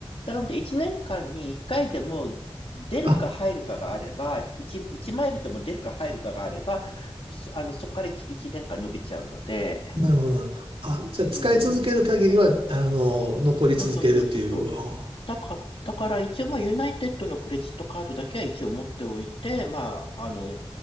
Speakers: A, on the left; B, on the right.
A: なので、1年間に1回でも出るか入るかがあれば、
B: あ、
A: 1、一マイルでも出るか入るかがあれば、そあの、そこから 1, 一年間伸びちゃうので、
B: なるほど。なるほどあ、じゃあ、
A: うん。
B: 使い続ける限りは、あの、残り続けるっていう。
A: そうそうそうそうそう。
B: お
A: だか、だから一応、まあ、ユナイテッドのクレジットカードだけは一応持っておいて、まあ、あの、